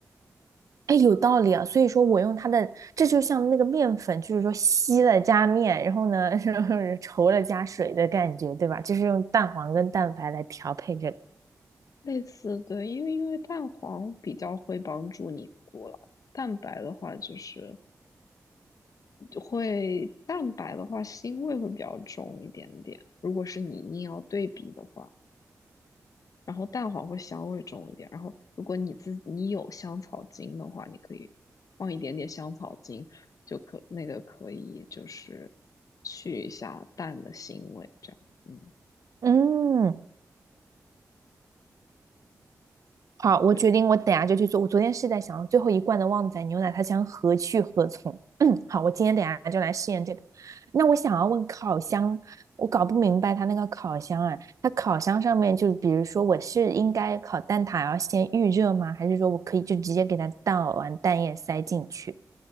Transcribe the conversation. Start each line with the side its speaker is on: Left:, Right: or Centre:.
Right: 哎，有道理啊，所以说我用它的，这就像那个面粉，就是说稀了加面，然后呢，<laughs> 是稠了加水的感觉，对吧？就是用蛋黄跟蛋白来调配这个。
Left: 类似对，因为因为蛋黄比较会帮助凝固了，蛋白的话就是就会蛋白的话腥味会比较重一点点，如果是你硬要对比的话。然后蛋黄会香味重一点。然后如果你自你有香草精的话，你可以放一点点香草精，就可那个可以就是去一下蛋的腥味，这样。嗯，
Right: 嗯，好，我决定，
Left: 对。
Right: 我等下就去做。我昨天是在想，最后一罐的旺仔牛奶，它将何去何从？嗯，好，我今天等下就来试验这个。那我想要问烤箱，我搞不明白它那个烤箱啊，它烤箱上面就比如说，我是应该烤蛋挞要先预热吗？还是说我可以就直接给它倒完蛋液塞进去？